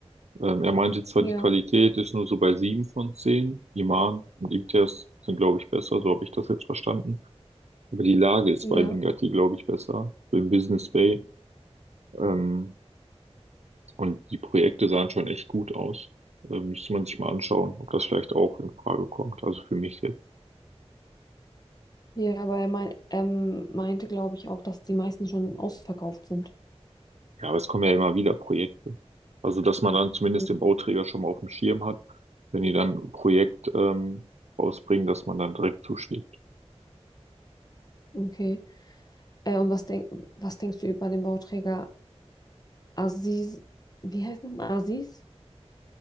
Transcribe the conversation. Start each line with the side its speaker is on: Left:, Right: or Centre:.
Right: Ähm, er meinte zwar,
Left: Ja,
Right: die Qualität ist nur so bei sieben von zehn. Iman und Imtiaz sind, glaube ich, besser, so habe ich das jetzt verstanden. Aber die Lage ist
Left: ja.
Right: bei Mingati glaube ich, besser, so im Business Bay. Ähm, und die Projekte sahen schon echt gut aus. Ähm, müsste man sich mal anschauen, ob das vielleicht auch in Frage kommt. Also für mich jetzt.
Left: Ja, aber er mein, ähm, meinte, glaube ich, auch, dass die meisten schon ausverkauft sind.
Right: Ja, aber es kommen ja immer wieder Projekte. Also, dass man dann zumindest
Left: Hm,
Right: den Bauträger schon mal auf dem Schirm hat, wenn die dann ein Projekt ähm, rausbringen, dass man dann direkt zuschlägt.
Left: Okay. Äh, und was, denk, was denkst du über den Bauträger Aziz? Wie heißt nochmal? Aziz?